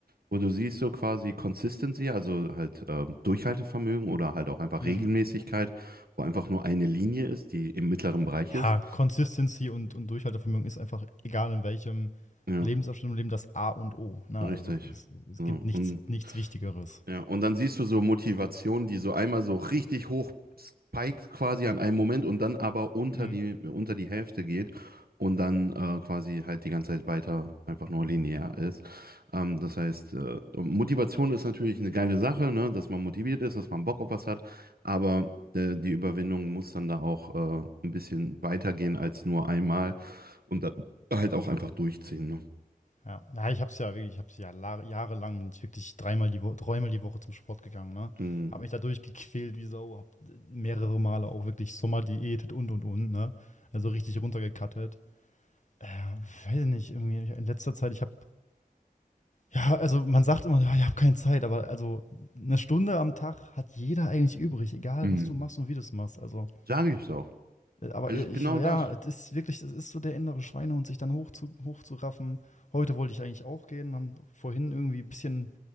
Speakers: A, on the right (about 75°); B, on the left (about 50°).
A: wo du siehst so quasi Consistency, also halt ähm, Durchhaltevermögen oder halt auch einfach
B: mh.
A: Regelmäßigkeit, wo einfach nur eine Linie ist, die im mittleren Bereich
B: Ja,
A: ist.
B: Consistency und, und Durchhaltevermögen ist einfach, egal in welchem
A: Ja,
B: Lebensabschnitt im Leben, das A und O. Ne?
A: richtig.
B: Also es, es
A: So,
B: gibt nichts,
A: und
B: nichts Wichtigeres.
A: Ja, und dann siehst du so Motivationen, die so einmal so richtig hoch spiked quasi an einem Moment und dann aber unter
B: Mhm.
A: die, unter die Hälfte geht und dann äh, quasi halt die ganze Zeit weiter einfach nur linear ist. Ähm, das heißt, äh, Motivation ist natürlich eine geile Sache, ne, dass man motiviert ist, dass man Bock auf was hat, aber äh, die Überwindung muss dann da auch äh, ein bisschen weitergehen als nur einmal und dann halt auch einfach durchziehen. Ne?
B: Ja, ja ich habe es ja wirklich, ich habe es ja la- jahrelang, bin ich wirklich dreimal die, Wo dreimal die Woche zum Sport gegangen. Ne?
A: Mhm.
B: Habe mich dadurch gequält wie Sau, habe mehrere Male auch wirklich Sommer diätet und und und. Ne? Also richtig runtergekattet. Äh, weiß ich nicht, irgendwie in letzter Zeit, ich habe Ja, also man sagt immer, ja, ich habe keine Zeit, aber also eine Stunde am Tag hat jeder eigentlich übrig, egal
A: Mhm.
B: was du machst und wie du es machst. Also,
A: Sage ich doch.
B: äh, aber
A: Es
B: ich,
A: ist genau
B: ja,
A: das.
B: es ist wirklich, es ist so der innere Schweinehund, sich dann hoch zu, hochzuraffen. Heute wollte ich eigentlich auch gehen, haben vorhin irgendwie ein bisschen,